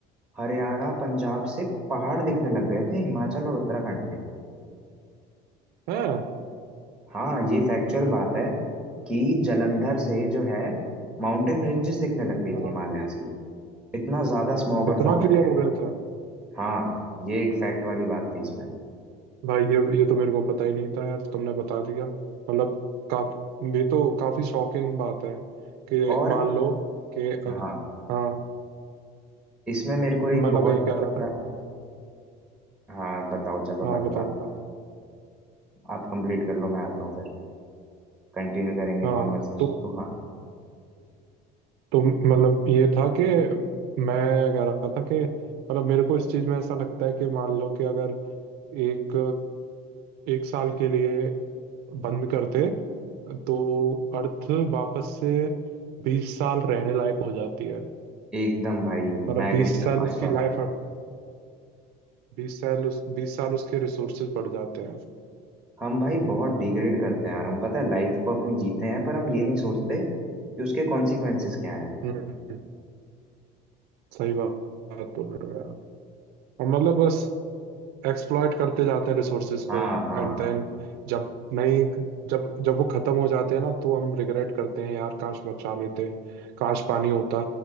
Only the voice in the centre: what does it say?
हरियाणा पंजाब से पहाड़ दिखने लग गए थे हिमाचल और उत्तराखंड के
हाँ ये फैक्चुअल बात है कि जलंधर से जो है माउंटेन रेंजेस दिखने लग गई थी
हिमालयाज की इतना ज्यादा स्मॉग और
फॉग
हट गया
था
हाँ ये एक फैक्ट वाली बात थी इसमें
और
हाँ
इसमें मेरे को एक
बहुत
ज्यादा-
हाँ बताओ चलो
मैं बता
आप कंप्लीट कर लो मैं आता हूँ फिर कंटिन्यू करेंगे
कॉन्वर्सेशन
को हाँ
एकदम भाई
मैं
एग्री करता
हूँ इस बात
पे
हम भाई बहुत डिग्रेड करते हैं यार हम पता है लाइफ को अपनी जीते हैं पर हम ये नहीं सोचते कि उसके कॉन्सिक्वेंसेस क्या हैं
हाँ हाँ